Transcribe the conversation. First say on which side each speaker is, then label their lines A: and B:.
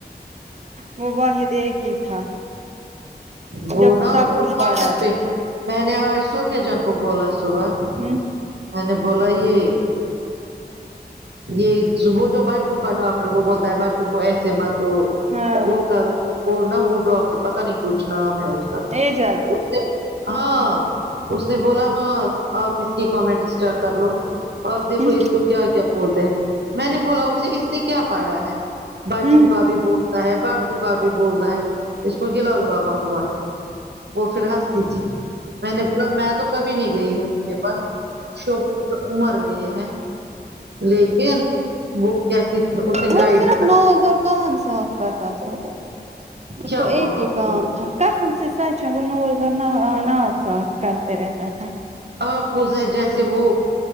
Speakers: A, on the right (about 40°); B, on the right (about 80°).
A: وہ واحد ایک ہی تھا
B: وہ
A: جب
B: نا
A: سب
B: وہ
A: کچھ
B: کھا
A: باہر
B: سکتے
A: آتا تھا
B: میں نے صوفہ جان کو بولا صبح
A: ہوں
B: میں نے بولا یہ یہ جو بچوں کا ڈاکٹر وہ بولتا ہے بچوں کو ایسے مت دو
A: ہاں
B: وہ کرو وہ نہ وہ ڈاکٹر پتا نہیں کچھ نام ہے اس کا
A: اے جلدی
B: اس ہاں اس نے بولا ہاں آپ اس کی کیمنٹس چیک کر لو آپ دیکھو
A: ہ
B: اس وہ کیا کیا بولتے ہیں میں نے بولا اسے اس نے کیا پڑھا ہے بچوں
A: ہ
B: کا بھی بولتا ہے بڑوں کا بھی بولتا ہے اس کو ہیلال بابا ہوا ہے وہ پھر ہنستی تھی میں نے بولا میں تو کبھی نہیں گئی ہوں اس کے پاس شوق عمر بھیجیں ہیں لیکن وہ کہتی تھی اس نے
A: وہ
B: گائڈ
A: صرف نوز اور کان صاف کرتا تھا اس
B: کیا
A: کو
B: ہوا
A: ایک ہی
B: آپ
A: کام
B: کو
A: تھا قسم سے سچ ہے وہ نوز نا ناک صاف کرتے رہتا تھا
B: آپ اسےجیسے وہ